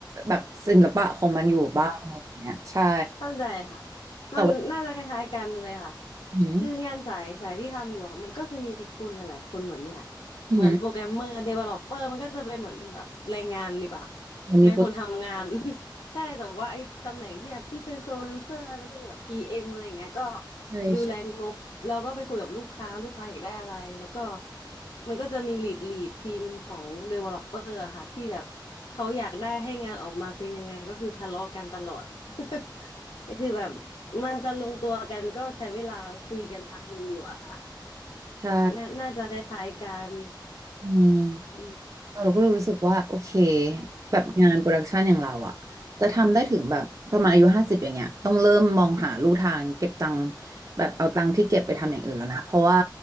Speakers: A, on the right; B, on the left.
A: แบบศิลปะของมันอยู่บ้างอะไรเงี้ยใช่
B: เข้าใจค่ะ
A: แต่ว่า
B: มันน่าจะคล้ายๆกันเลยค่ะ
A: อืม
B: คืองานสายสายที่ทำอยู่อะมันก็จะมีคนหลายๆคนแบบนี้แหละเหมือนโปรแกรมเมอร์เดเวลลอปเปอร์มันก็จะเป็นเหมือนเป็นแบบแรงงานดีกว่า
A: อืมมันมีโปรเจกต์
B: เป็นคนทำงาน <laughs> ใช่แต่ว่าไอ้ตำแหน่งที่แบบที่เป็นโปรดิวเซอร์มันจะมีแบบพีเอ็มอะไรอย่างเงี้ยก็
A: ใช่ใช่
B: ดูแลงบแล้วก็ไปคุยกับลูกค้าลูกค้าอยากได้อะไรแล้วก็มันก็จะมีลีดลีดทีมของเดเวลลอปเปอร์ค่ะที่แบบเขาอยากได้ให้งานออกมาเป็นยังไงก็คือทะเลาะกันตลอด <laughs> คือแบบมันจะลงตัวกันก็ใช้เวลาคุยกันพักหนึ่งอยู่อะค่ะ
A: ใช่
B: น่าน่าจะคล้ายๆกัน
A: อืม
B: อืม
A: เราก็รู้สึกว่าโอเคแบบงานโปรดักชันอย่างเราอะจะทำได้ถึงแบบประมาณอายุห้าสิบอย่างเงี้ยต้องเริ่มมองหาลู่ทางเก็บตังค์แบบเอาตังค์ที่เก็บไปทำอย่างอื่นแล้วนะเพราะว่า